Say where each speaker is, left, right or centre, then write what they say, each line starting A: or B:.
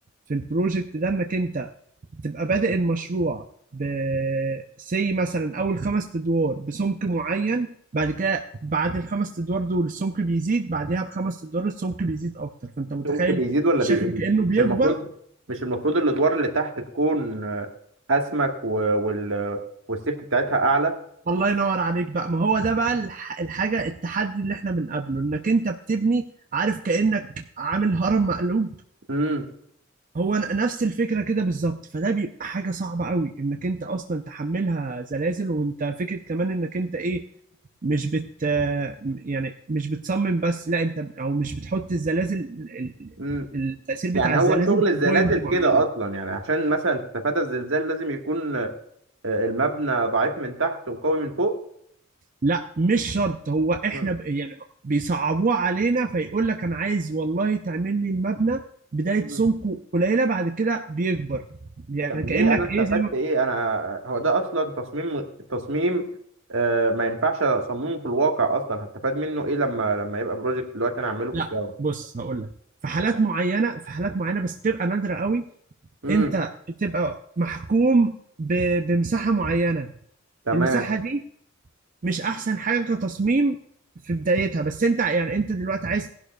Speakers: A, on the right; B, on the right.
A: في البروجكت ده انك انت تبقى بادئ المشروع ب سي مثلا اول خمس ادوار بسمك معين بعد كده بعد الخمس ادوار دول السمك بيزيد بعدها بخمس ادوار السمك بيزيد اكتر فانت متخيل
B: السمك بيزيد ولا
A: الشكل
B: بيقل
A: كانه بيكبر
B: مش المفروض مش المفروض الادوار اللي تحت تكون آه، اسمك و... وال... والسيفت بتاعتها اعلى
A: الله ينور عليك بقى ما هو ده بقى الح- الحاجه التحدي اللي احنا بنقابله انك انت بتبني عارف كانك عامل هرم مقلوب
B: امم
A: هو ن- نفس الفكره كده بالظبط فده بيبقى حاجه صعبه قوي انك انت اصلا تحملها زلازل وانت فكره كمان انك انت ايه مش بت يعني مش بتصمم بس لا انت او مش بتحط الزلازل ال-
B: امم
A: ال- التأثير بتاع
B: يعني
A: الزلازل
B: هو شغل
A: في
B: الزلازل
A: بوينت معينة
B: كده اصلا يعني عشان مثلا تتفادى الزلزال لازم يكون آه، المبنى ضعيف من تحت وقوي من فوق
A: لا مش شرط هو احنا
B: مم.
A: ب... يعني بيصعبوها علينا فيقول لك انا عايز والله تعمل لي المبنى بداية
B: مم.
A: سمكه قليلة بعد كده بيكبر يعني
B: طب
A: كأنك
B: ليه انا استفدت
A: ايه زي ما
B: ايه انا هو ده اصلا تصميم تصميم آه، ما ينفعش اصممه في الواقع اصلا هستفاد منه ايه لما لما يبقى بروجكت دلوقتي انا اعمله
A: لا
B: في الجامعه
A: بص هقول لك في حالات معينه في حالات معينه بس بتبقى نادره قوي
B: امم
A: انت بتبقى محكوم ب- بمساحه معينه
B: تمام
A: المساحه دي مش احسن حاجه كتصميم في بدايتها بس انت يعني انت دلوقتي عايز